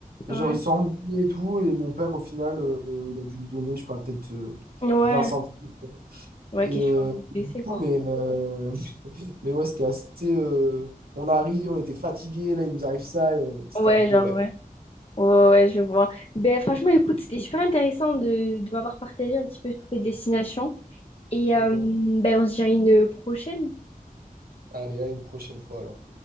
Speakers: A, on the right (about 80°); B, on the left (about 40°).
A: Et
B: Ouais.
A: genre, ils sont embrouillés et tout. Et mon père, au final, euh, il a dû lui donner, je sais pas, peut-être euh,
B: Ouais.
A: 20 centimes.
B: Ouais,
A: Et
B: question
A: euh, du
B: blessée,
A: coup,
B: quoi.
A: mais, euh, <laughs> mais ouais, c'était assez. euh, on arrive, on était fatigués. Là, il nous arrive ça. et on- C'était
B: Ouais,
A: un peu,
B: genre,
A: ouais.
B: ouais. Ouais, ouais, ouais, je vois. Ben, franchement, écoute, c'était super intéressant de, de m'avoir partagé un petit peu sur tes destinations. Et
A: Mhm.
B: euh, ben, on se dit à une prochaine.
A: Allez, à une prochaine fois alors.